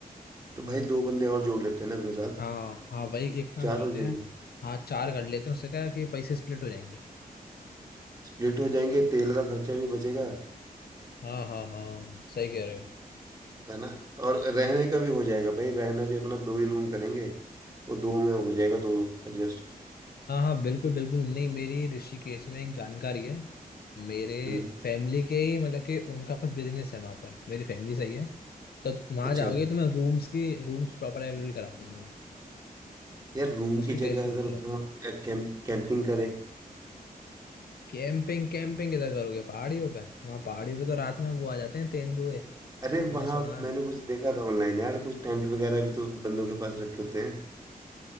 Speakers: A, on the right (about 25°); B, on the left (about 80°).
A: तो भाई दो बंदे और जोड़ लेते हैं ना अपने साथ
B: हाँ हाँ वही एक काम
A: चार
B: करते
A: हो जाएंगे
B: हैं हाँ चार कर लेते हैं उससे क्या है कि पैसे स्प्लिट हो जाएंगे
A: स्प्लिट हो जाएंगे तेल का खर्चा भी बचेगा
B: हाँ हाँ हाँ सही कह रहे हो
A: है ना और रहने का भी हो जाएगा भाई रहना भी अपना दो ही रूम करेंगे वो दो में हो जाएगा दो दो एडजस्ट
B: हाँ हाँ बिल्कुल बिल्कुल नहीं मेरी ऋषिकेश में एक जानकारी है मेरे
A: हम्म
B: फैमिली के ही मतलब कि उनका कुछ बिजनेस है वहाँ पर मेरी फैमिली सही है तो वहाँ
A: अच्छा
B: जाओगे तो मैं रूम्स की रूम्स प्रॉपर अवेलेबल करा देंगे वो
A: यार रूम
B: उसकी
A: की जगह
B: टेस्ट मतलब
A: अगर वहाँ कैंप कैंपिंग करें
B: कैंपिंग कैंपिंग किधर करोगे पहाड़ियों पे वहाँ पहाड़ियों पे तो रात में वो आ जाते हैं तेंदुए
A: अरे
B: मैंने
A: वहाँ
B: सुना है
A: मैंने कुछ देखा था ऑनलाइन यार कुछ टेंट वगैरह भी तो बंदों के पास रखे होते हैं